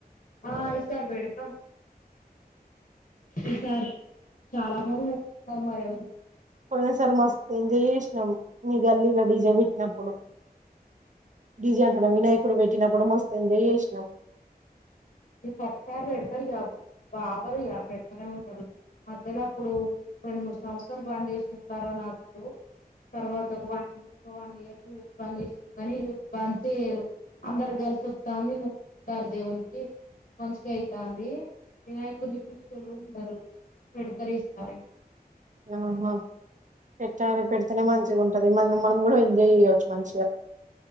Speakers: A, on the left; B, on the right.
A: ఆ ఈసారి పెడతం ఈసారి చాలా మంది మొక్కుకున్నరు మరి ఎవలి
B: పోయినా సారి మస్తు ఎంజాయ్ చేసినాం మీ గల్లీల డీజె పెట్టినప్పుడు డీజె అంటన్న వినాయకుడు పెట్టినప్పుడు మస్తు ఎంజాయ్ చేసినాం
A: మీరు ప్రతిసారి పెడతారు గా ఇక అపరు పెడతనే ఉంటరు మధ్యలో అప్పుడు రెండు మూడు సంవత్సరాలు బంజేసినం కరోనా అప్పుడు తర్వాత ఒక వన్ ఒక వన్ ఇయర్ టూ ఇయర్స్ బంజేసినం కని ఇగ ఇప్పుడు బంజే య్యరు అందరు కలిసి లిసి వత్తంది మొక్కుకుంటారు దేవునికి మంచిగా అయితంది వినాయకున్ని ఇప్పించేటోలు కూడా ఉన్నారు పెడతారు ఈసారి
B: ఆహా పెట్టాలి పెడితేనే మంచిగా ఉంటది మ మనం కూడం ఎంజాయ్ చేయచ్చు మంచిగా